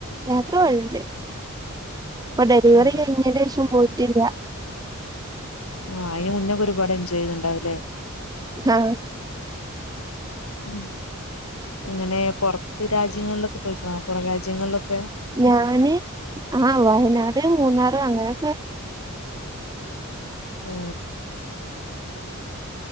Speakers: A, on the right; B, on the left.
A: യാത്ര പോവലണ്ട് ഇപ്പൊ ഡെലിവറി
B: ഉം
A: കഴിഞ്ഞേൻ്റെശം പോയിട്ടില്ല
B: ആഹ് അയിന് മുന്നേക്കെ ഒരുപാട് എൻചോയ് ചെയ്തുണ്ടാവില്ലേ
A: ആഹ്
B: ഉം എങ്ങനെ പുറത്ത് രാജ്യങ്ങളിലൊക്കെ പോയിക്കണോ കൊറരാജ്യങ്ങളിലൊക്കെ
A: ഞാന് ആഹ് വയനാട് മൂന്നാർ അങ്ങനെയൊക്കെ
B: ഓ